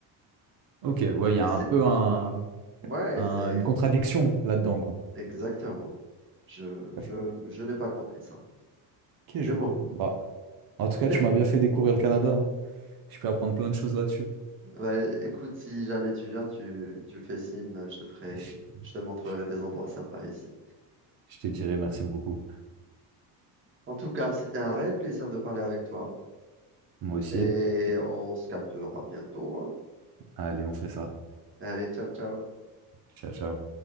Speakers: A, on the right; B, on the right.
A: Ok, ouais, il y
B: Et
A: a
B: c'est,
A: un peu un,
B: ouais,
A: un-
B: c'est
A: une contradiction là-dedans, quoi.
B: exactement. Je,
A: Ouais.
B: je, je n'ai pas compris ça.
A: Ok, je
B: Mais
A: vois.
B: bon,
A: Bah, en tout cas,
B: <laughs>
A: tu m'as bien fait découvrir le Canada. hein. Je peux apprendre plein de choses là-dessus.
B: Bah, écoute, si jamais tu viens, tu, tu me fais signe, je te ferai,
A: Et Je,
B: je te montrerai
A: je-
B: des endroits sympas ici.
A: je te dirai merci beaucoup.
B: En tout cas, c'était un réel plaisir de parler avec toi
A: Moi aussi.
B: et on se captera bientôt, hein.
A: Allez, on fait ça.
B: Allez, ciao, ciao.
A: Ciao, ciao.